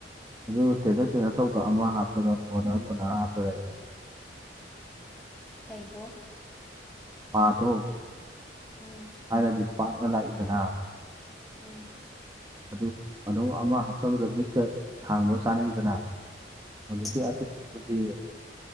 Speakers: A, on the right; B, in the centre.
A: ꯑꯗꯨ ꯇꯦꯟꯇꯛ ꯇꯦꯟꯇꯛ ꯇꯧꯗꯣ ꯑꯃ ꯍꯥꯞꯇꯣꯏꯔꯣ ꯂꯣꯟꯅꯔ ꯂꯣꯟꯅꯔ ꯍꯥꯞꯇꯣꯏꯔꯥ ꯍꯥꯏꯁꯦ꯫
B: ꯀꯩꯕꯣ꯫
A: ꯄꯥꯗꯣ꯫
B: ꯎꯝ
A: ꯊꯥꯏꯅꯗꯤ ꯄꯥꯛꯅ ꯂꯥꯛꯏꯗꯅ꯫
B: ꯎꯝ꯫
A: ꯑꯗꯨ ꯑꯗꯨꯝ ꯑꯃ ꯍꯥꯞꯆꯟꯕꯗ ꯃꯤꯠꯀ ꯁꯥꯡꯕ ꯆꯥꯅꯩꯗꯅ꯫ ꯍꯧꯖꯤꯛꯀꯤ
B: ꯎꯝ
A: ꯑꯇꯦꯟꯗꯨꯗꯤ꯫